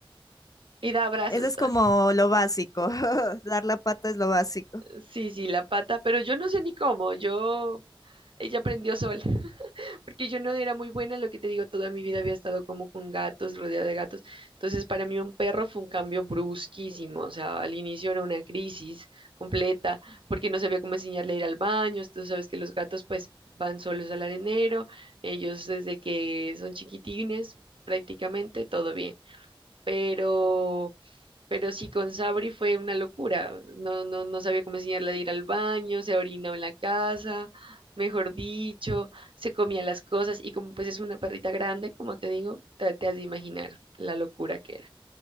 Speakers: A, on the right (about 65°); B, on the left (about 40°).
A: Y da abrazos.
B: Eso es
A: <laughs> ta-
B: como lo básico. <laughs> Dar la pata es lo básico.
A: Sí, sí, la pata, pero yo no sé ni cómo. Yo, ella aprendió sola. porque yo no era muy buena, lo que te digo, toda mi vida había estado como con gatos, rodeada de gatos. Entonces, para mí un perro fue un cambio brusquísimo, o sea, al inicio era una crisis completa, porque no sabía cómo enseñarle a ir al baño, tú sabes que los gatos pues van solos al arenero, ellos desde que son chiquitines, prácticamente todo bien, pero... Pero sí, con Sabri fue una locura. No, no, no sabía cómo enseñarle a ir al baño, se orinaba en la casa, mejor dicho, se comía las cosas y como pues es una perrita grande, como te digo, te, te has de imaginar la locura que era.